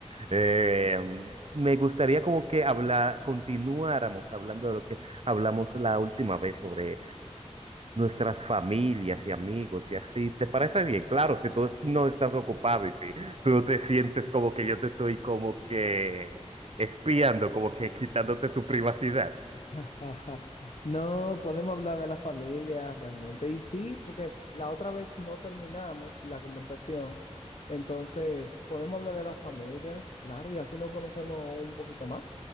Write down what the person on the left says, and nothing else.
<laughs> No, podemos hablar de la familia realmente. Y sí, porque la otra vez no terminamos la conversación, entonces podemos hablar de la familia, claro, y así nos conocemos un poquito más.